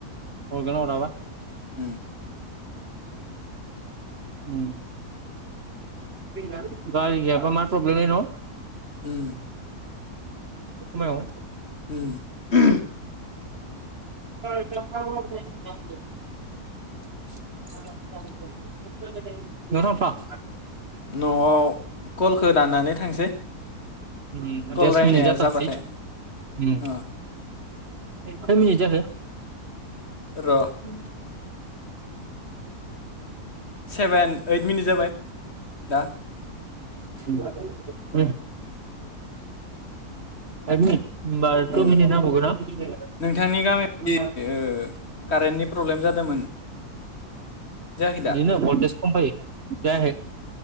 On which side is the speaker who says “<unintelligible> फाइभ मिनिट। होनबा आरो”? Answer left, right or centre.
Right